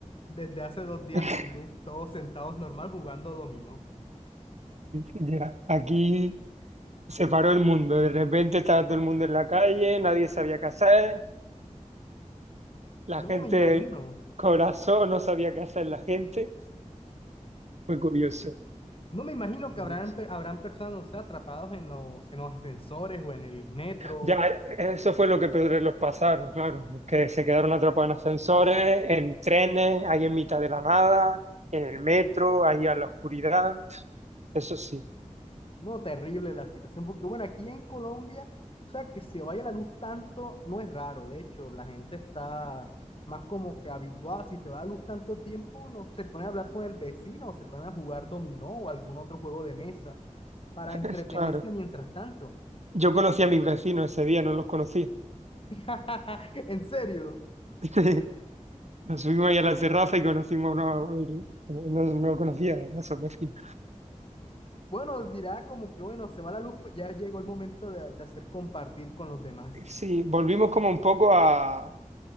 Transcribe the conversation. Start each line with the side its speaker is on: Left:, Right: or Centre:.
Left: desde hace dos días
Right: <laughs>
Left: sin luz, todos sentados normal jugando dominó.
Right: Ya, aquí se paró el mundo. De repente estaba todo el mundo en la calle, nadie sabía qué hacer. La gente,
Left: No me imagino.
Right: corazón, no sabía qué hacer la gente. Fue curioso.
Left: No me imagino
Right: curioso.
Left: que habrán, pe- habrán personas, no sé, atrapados en los, en los ascensores o en el metro.
Right: Ya, eso fue lo que peores los pasaron, claro, que se quedaron atrapados en ascensores, en trenes, ahí en mitad de la nada, en el metro, ahí a la oscuridad. Eso sí,
Left: No, terrible la situación, porque bueno, aquí en Colombia, o sea, que se vaya la luz tanto no es raro. De hecho, la gente está más como que habituada. Si se va la luz tanto tiempo, no se pone a hablar con el vecino o se pone a jugar dominó o algún otro juego de mesa para
Right: <laughs>
Left: entretenerse
Right: claro.
Left: mientras tanto.
Right: Yo conocí a mis vecinos ese día, no los conocía.
Left: <laughs> En serio.
Right: <laughs> Nos subimos ahí a la terraza y conocimos a uno, eh, no, no conocía a esos vecinos.
Left: Bueno, dirá como que bueno, se va la luz, pues ya llegó el momento de de hacer compartir con los demás.
Right: Sí, volvimos como un poco a,